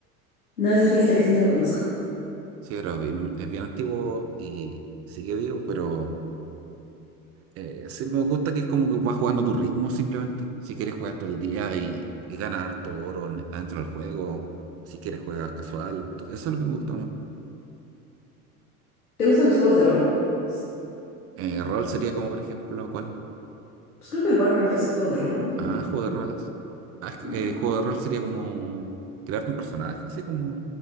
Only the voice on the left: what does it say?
no, ese fíjate que sí no lo conozco.
¿Te gustan los juegos de rol? Es-
pues
creo que Warcraft es un juego de rol, ¿no? MMO.
Ajá.